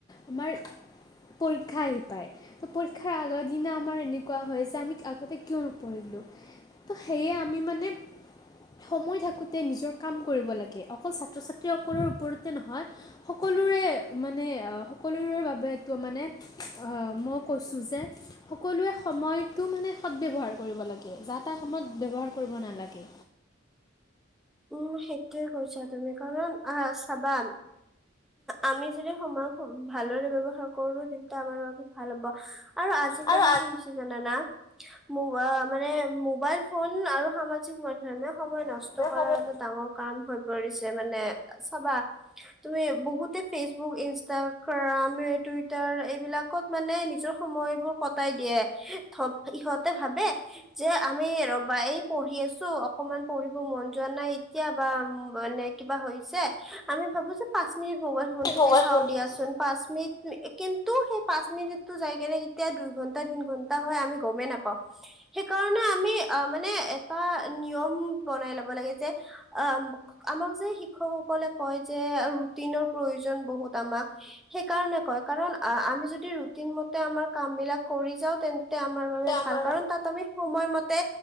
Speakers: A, on the left; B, in the centre.
A: আমাৰ পৰীক্ষা আহি পাই ত' পৰীক্ষাৰ আগৰ দিনা আমাৰ এনেকুৱা হয় যে আমি আগতে কিয় নপঢ়িলো। ত' সেয়ে আমি মানে সময় থাকোতে নিজৰ কাম কৰিব লাগে অকল ছাত্ৰ-ছাত ছাত্ৰ-ছাত্ৰী সকলৰ ওপৰতে নহয় সকলোৰে মানে সকলোৰে বাবেটো মানে অ, মই কৈছোঁ যে সকলোৱে সময়টো মানে সদব্যৱহাৰ কৰিব লাগে যাতা <unintelligible> ব্যৱহাৰ কৰিব নালাগে।
B: উম, সেইটোয়ে কৈছা তুমি কাৰণ আহ, চাবা আমি যদি সময় ভালদৰে ব্যৱহাৰ কৰো তেন্তে আমাৰ বাবে ভাল হ'ব। আৰু আজিকালি
A: আৰু
B: কি হৈছে জানানা মু অ, মানে মোবাইল ফোন আৰু সামাজিক মাধ্যমে সময় নষ্ট
A: আজিৰ
B: কৰা
A: সময়ত
B: এটা ডাঙৰ কাম হয় পৰিছে মানে চাবা তুমি বহুতে ফেচবুক, ইনষ্টাগ্ৰা গ্ৰামে, টুইটাৰ এইবিলাকত মানে নিজৰ সময়বোৰ কটায় দিয়ে থব ইহঁতে ভাবে যে আমি ৰবা এই পঢ়ি আছো অকমান পঢ়িব মন যোৱা নাই এতিয়া বা মানে কিবা হৈছে আমি ভাবো যে পাঁচ মিনিট মোবাইল ফোনটোকে
A: মোবাইল
B: চাওঁ
A: ফোনটোতে
B: দিয়াচোন পাঁচ মিনিট কিন্তু সেই পাঁচ মিনিটটো যাই কেনে কেতিয়া দুই ঘন্টা, তিন ঘন্টা হয় আমি গমেই নাপাওঁ সেইকাৰণে সেইকাৰণে আমি অ, মানে এটা নিয়ম বনাই ল'ব <unintelligible> লাগে যে <unintelligible> আমাক যে শিক্ষকসকলে কয় যে ৰুটিনৰ প্ৰয়োজন বহুত বহুত আমাক সেইকাৰণে কয় কাৰণ আমি যদি ৰুটিন মতে আমাৰ কাম বিলাক কৰি যাওঁ তেন তে আমাৰ বাবে
A: আমাৰ
B: ভাল কাৰণ তাত আমি সময়মতে